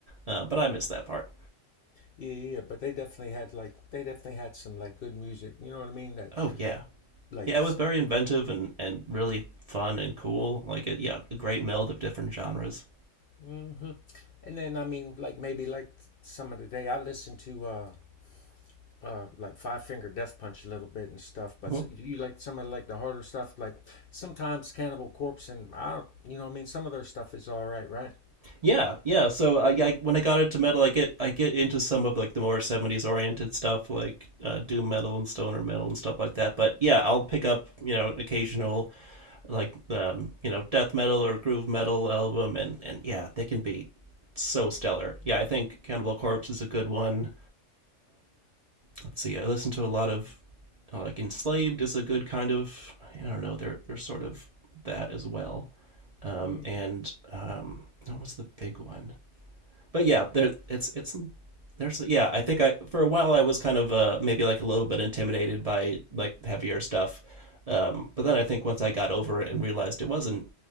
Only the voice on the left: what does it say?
Yeah, yeah, yeah. but they definitely had like they definitely had some like good music. You know what I mean? That
like
hmm And then I mean, like maybe like some of the day I listen to uh uh like Five Finger Death Punch a little bit and stuff. But s-
you you like some of like the harder stuff, like sometimes Cannibal Corpse and I, you know, what I mean, some of their stuff is all right, right?
hmm